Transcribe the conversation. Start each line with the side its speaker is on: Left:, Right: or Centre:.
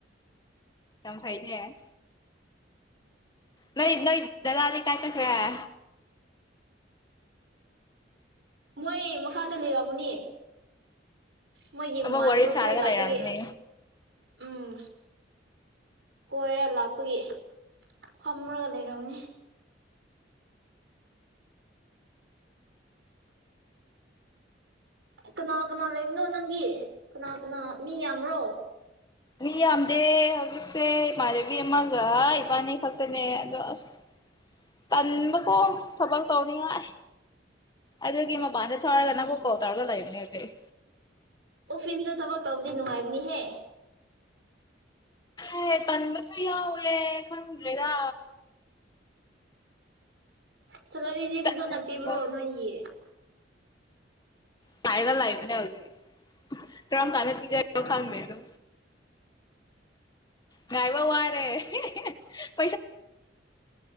Left: ꯌꯥꯝ ꯐꯩꯅꯦ꯫ ꯅ ꯅꯣꯏ ꯗꯥꯗ ꯗꯤ ꯀꯥꯏ ꯆꯠꯈꯔ꯭ꯦ?
Right: ꯃꯣꯏ ꯃꯈꯥꯗ ꯂꯩꯔꯝꯃꯨꯅꯤ꯫ ꯃꯣꯏꯒꯤ ꯃꯃꯥꯟꯅꯕ
Left: ꯑꯃ ꯋꯥꯔꯤ ꯁꯥꯔꯒ
Right: ꯈ꯭ꯋꯥꯏ ꯂꯥꯛꯄꯒꯤ
Left: ꯂꯩꯔꯝꯅꯤ
Right: ꯎꯝ ꯀꯣꯏꯔ ꯂꯥꯛꯄꯒꯤ ꯐꯝꯂꯒ ꯂꯩꯔꯝꯅꯤ ꯀꯅꯥ ꯀꯅꯥ ꯂꯩꯕꯅꯣ ꯅꯪꯒꯤ ꯀꯅꯥ ꯀꯅꯥ ꯃꯤ ꯌꯥꯝ꯭ꯔꯣ
Left: ꯃꯤ ꯌꯥꯝꯗꯦ ꯍꯧꯖꯤꯛꯁꯦ ꯏꯃꯥꯟꯅꯕꯤ ꯑꯃꯒ ꯏꯕꯥꯅꯤ ꯈꯛꯇꯅꯦ ꯑꯗꯣ ꯑꯁ ꯇꯟꯕꯀꯣ ꯊꯕꯛ ꯇꯧꯅꯤꯉꯥꯏ ꯑꯗꯨꯒꯤ ꯃꯄꯥꯟꯗ ꯊꯧꯔꯒ ꯅꯪꯕꯨ ꯀꯣꯜ ꯇꯧꯔꯒ ꯂꯩꯕꯅꯦ ꯍꯧꯖꯤꯛ
Right: ꯑꯣꯐꯤꯁꯇ ꯊꯕꯛ ꯇꯧꯕꯗꯤ ꯅꯨꯡꯉꯥꯏꯕꯅꯤꯍꯦ
Left: ꯑꯦ ꯇꯟꯕꯁꯨ ꯌꯥꯎꯋꯦ ꯈꯪꯗ꯭ꯔꯦꯗ
Right: ꯁꯦꯂꯔꯤꯗꯤ
Left: ꯆꯠꯅꯤꯡꯕ
Right: ꯐꯖꯅ ꯄꯤꯕ꯭ꯔꯣ ꯅꯣꯏꯒꯤ
Left: ꯇꯔꯒ ꯂꯥꯏꯕꯅꯦ ꯍꯧꯖꯤꯦ ꯀꯔꯝ ꯀꯥꯟ ꯄꯤꯖ ꯐꯪ ꯂꯩꯅꯨ ꯉꯥꯏꯕ ꯋꯥꯔꯦ ꯍ